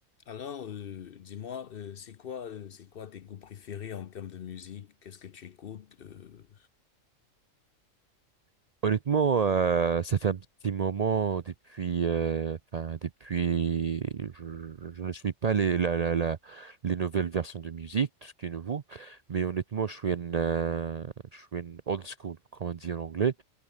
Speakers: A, on the left (about 55°); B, on the right (about 55°).
A: Alors, euh, dis-moi, euh, c'est quoi, euh, c'est quoi tes goûts préférés en termes de musique? Qu'est-ce que tu écoutes? Euh,
B: Honnêtement, euh, ça fait un petit moment depuis, euh, enfin depuis, je, je ne suis pas les la, la, la- les nouvelles versions de musique, tout ce qui est nouveau, mais honnêtement, je suis un, euh, je suis un old school, comme on dit en anglais,